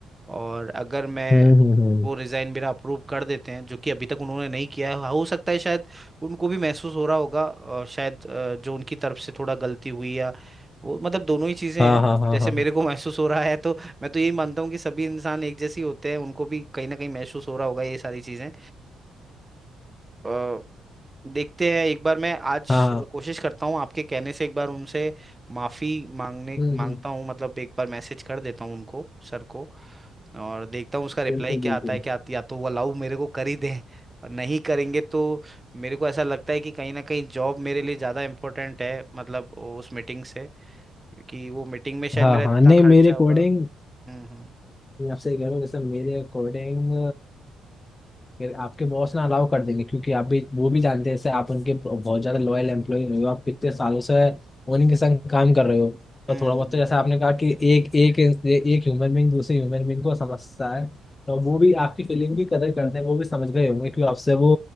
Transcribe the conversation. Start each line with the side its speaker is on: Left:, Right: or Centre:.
Right: और अगर मैं
Left: हम्म हम्म, हम्म,
Right: वो रिजाइन मेरा अप्रूव कर देते हैं जो कि अभी तक उन्होंने नहीं किया है हो सकता है शायद उनको भी महसूस हो रहा होगा और शायद अ, जो उनकी तरफ से थोड़ा गलती हुई या वो मतलब दोनों ही चीजें
Left: हाँ
Right: हैं
Left: हाँ हाँ
Right: जैसे
Left: हाँ
Right: मेरे को <laughs> महसूस हो रहा है तो मैं तो यही मानता हूँ कि सभी इंसान एक जैसे ही होते हैं उनको भी कहीं ना कहीं महसूस हो रहा होगा ये सारी चीजें तो देखते हैं एक बार मैं आज
Left: हाँ
Right: कोशिश करता हूँ आपके कहने से एक बार उनसे माफी मांगने
Left: हम्म
Right: मांगता
Left: हम्म
Right: हूँ मतलब एक बार मैसेज कर देता हूँ उनको सर को और देखता हूँ उसका रिप्लाई
Left: बिल्कुल
Right: क्या
Left: बिल्कुल
Right: आता है क्या आती- या तो वो अलाउ मेरे को कर ही दें और नहीं करेंगे तो मेरे को ऐसा लगता है कि कहीं ना कहीं जॉब मेरे लिए ज़्यादा इम्पोर्टेंट है मतलब उस मीटिंग से क्योंकि वो मीटिंग में शायद
Left: हाँ
Right: मेरा
Left: हाँ
Right: इतना
Left: नहीं
Right: खर्चा
Left: मेरे अकॉर्डिंग
Right: होगा हम्म हम्म
Left: मैं आपसे ये कह रहा हूँ जैसे मेरे अकॉर्डिंग फिर आपके बॉस ना अलाउ कर देंगे क्योंकि आप भी वो भी जानते हैं जैसे आप उनके बहुत ज्यादा लॉयल एम्प्लॉय रहे हो आप कितने सालों से उन्हीं के संग काम कर रहे हो तो
Right: हम्म
Left: थोड़ा
Right: हम्म
Left: बहुत
Right: हम्म,
Left: तो जैसे आपने कहा कि एक एक एक ह्यूमन बींग दूसरे ह्यूमन बींग को समझता है तो वो भी आपकी फीलिंग भी कदर करते हैं वो भी समझ गए होंगे क्योंकि आपसे वो